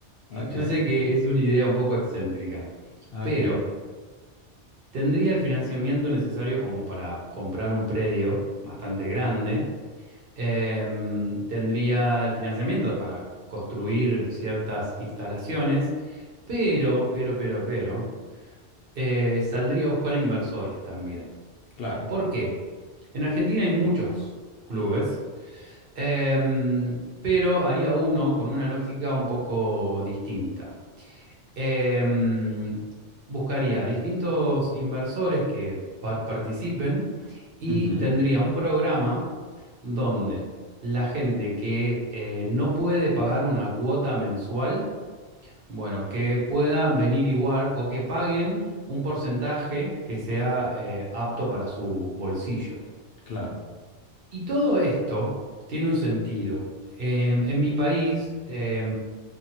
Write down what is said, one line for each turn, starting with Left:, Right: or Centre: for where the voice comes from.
Left: Ok,
Right: Yo sé que es una idea un poco excéntrica,
Left: ok.
Right: pero tendría el financiamiento necesario como para comprar un predio bastante grande, em, tendría el financiamiento para construir ciertas instalaciones, pero, pero, pero, pero, eh, saldría a buscar inversores también.
Left: Claro.
Right: ¿Por qué? En Argentina hay muchos clubes, Em, pero haría uno con una lógica un poco distinta. Em, buscaría distintos inversores que par- participen y
Left: Ujú,
Right: tendría un programa donde la gente que eh, no puede pagar una cuota mensual, bueno, que pueda venir igual o que paguen un porcentaje que sea eh, apto para su bolsillo.
Left: Claro,
Right: Y todo esto tiene un sentido. Eh, en mi país, eh,